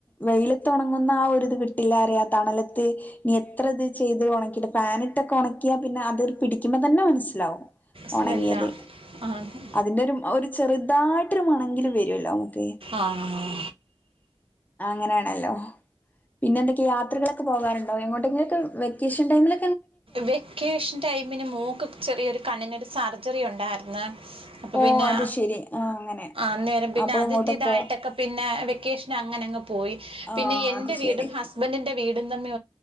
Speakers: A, on the left; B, on the right.
A: വെയിലത്തണങ്ങുന്ന ആ ഒരുത് കിട്ടില്ല അറിയ തണലത്ത് എനി എത്ര ഇത് ചെയ്ത് ഉണ പാനിട്ടൊക്കെ ഉണക്കിയാ പിന്നെ അത് പിടിക്കുമ്പോ തന്നെ മനസ്സിലാവും
B: സ്മെല്ലാ
A: ഉണങ്ങിയത്
B: ആന്ന്
A: അതിന്റെ ഒരു ഒരു ചെറുതായിട്ടരുമണെങ്കിൽ വരുല്ലോ നമക്ക്
B: ആ
A: അങ്ങനെയാണ് ഹല്ലോ പിന്നെ എന്തൊക്കെയാ യാത്രകളൊക്കെ പോകാറുണ്ടോ എങ്ങോട്ടൊക്കെ വെക്കേഷന് ടൈമിൽ
B: വെക്കേഷൻ ടൈമിന് മോൾക് ചെറിയൊരു കണ്ണിനൊരു സർജറി ഉ ണ്ടായിരുന്നെ അ
A: ഓ
B: പിന്നെ
A: അത് ശെരി ആ അങ്ങനെ
B: ആന്നേരം പിന്നെ
A: അപ്പൊ
B: അതിന്റെ
A: അങ്ങോട്ട്
B: ഇതായിട്ടൊക്കെ
A: പോ
B: പിന്നെ വെക്കേഷൻ അങ്ങനെങ്ങ പോയി
A: ആ
B: പിന്നെ എന്റെ
A: അത്
B: വീടും
A: ശരി
B: ഹസ്ബൻഡിന്റെ വീടും തമ്മിൽ